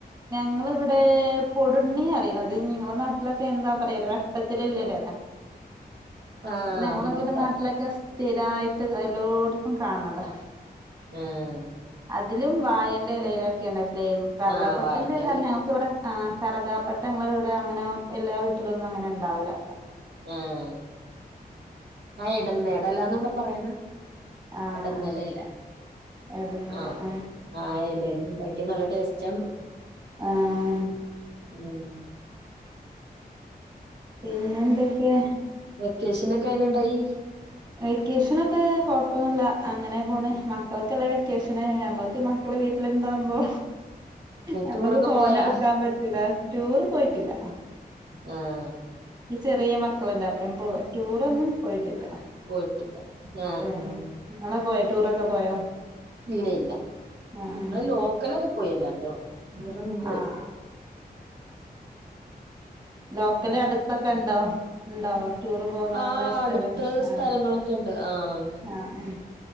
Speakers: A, on the right (about 25°); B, on the right (about 80°).
A: ങ്ങളിവിടെ പൊടുണ്ണി അറിയാം അത് നിങ്ങള നാട്ടിലൊക്കെ എന്താ പറയല്ലേ വെട്ടത്തിലിള്ള ഇല
B: ആഹ്
A: ഞങ്ങള്ടെ
B: അതിലുണ്ടാക്കുവല്ലോ
A: ഇവിടെ നാട്ടിലൊക്കെ സ്ഥിരായിട്ട് എല്ലോട്ത്തും കാണന്നാതാ
B: ഉം
A: അതിലും വായന്റെ ഇലയിലൊക്കെ ഉണ്ട ക്ലേം കാർഗാപ്പെട്ടന്റെല
B: ആഹ് വാഴന്റെ എലേല്
A: ഞങ്ങക്ക്‌ ഇവിടെ ആ കറകാപ്പെട്ട ഞങ്ങളെവിടെ അങ്ങനെ എല്ലാ വീട്ടിലൊന്നും അങ്ങനെ ഉണ്ടാവൂല്ല
B: ആഹ ആ ഇടന്ന് ഇടല്ലാന്ന് ഇവിടെ പറയണ
A: ആഹ്
B: കടന്ന
A: ആഹ്
B: നിലല്ല
A: എടങ്ങേറാ
B: ആഹ
A: ആഹ്
B: ആ എലാണ് ണ്ടാക്കി നല്ല ടേസ്റ്റ് ആണ്
A: ആഹ്
B: ഉം
A: പിന്നെന്തൊക്കെയാ
B: വെക്കേഷൻ ഒക്കെ എങ്ങനെ ഇണ്ടായി
A: വെക്കേഷനൊക്കെ കുഴപ്പന്നുല്ല അങ്ങനെ പോണ് മക്കൾക്കല്ലേ വെക്കേഷൻ നമ്മൾക്കൊക്കെ ടെ വീട്ടിലെന്താവുമ്പോ നമ്മുക്ക്
B: ടൂറൊക്കെ
A: ഫോൺ
B: പോയാ
A: എടുക്കാൻ പറ്റുല ടൂർ പോയിട്ടില്ല
B: ആഹ
A: എനിക്ക് ചെറിയ മക്കളല്ലേ അപ്പം ഇ ടൂറൊന്നും പോയിട്ടില്ല <unintelligible>
B: പോയിട്ടില്ല ആഹ് ആഹ്
A: ഇങ്ങള് പോയ ടൂറൊക്കെ പോയോ?
B: ഇല്ല ഇല്ല
A: ആഹ്
B: നിങ്ങ ലോക്കലൊക്കെ പോയല്ലണ്ടോ വേറങ്ങും
A: ആഹ് ആഹ് ലോക്കൽ അടുത്തൊക്കെ ഇണ്ടോ ഇണ്ടോ? ടൂറ് പോകാനുള്ള
B: ആഹ്
A: സ്ഥലം
B: അടുത്ത് സ്ഥലങ്ങളൊക്കെ
A: ആഹ്
B: ഉണ്ട് ആഹ്
A: ആഹ്